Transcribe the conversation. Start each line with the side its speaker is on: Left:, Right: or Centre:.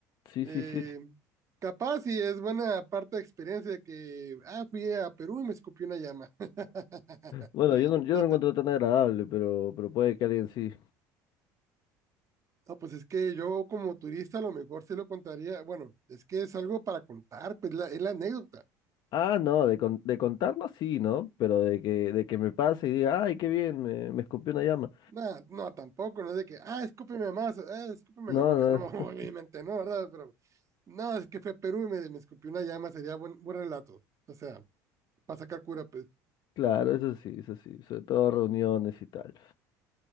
Left: Sí,
Right: Eh,
Left: sí, sí.
Right: capaz y es buena parte de experiencia que, ah, fui a Perú y me escupió una llama. <laughs>
Left: Bueno, yo no, yo
Right: Está
Left: no lo encuentro tan agradable, pero, pero puede que alguien sí.
Right: No, pues es que yo como turista a lo mejor sí lo contaría. Bueno, es que es algo para contar, pues la, es la anécdota.
Left: Ah, no, de, con- de contarlo sí, ¿no? Pero de que, de que me pase y diga, ay, qué bien, me, me escupió una llama.
Right: No, no, tampoco, no es de que, ah, escúpeme más, ah, escúpeme
Left: No,
Right: la boca. No, <laughs>
Left: no,
Right: obviamente no, ¿verdad? Pero no, es que fue a Perú y me, me escupió una llama, sería buen, buen relato. O sea, para sacar cura, pues,
Left: claro, eso sí, eso sí, sobre todo reuniones y tal.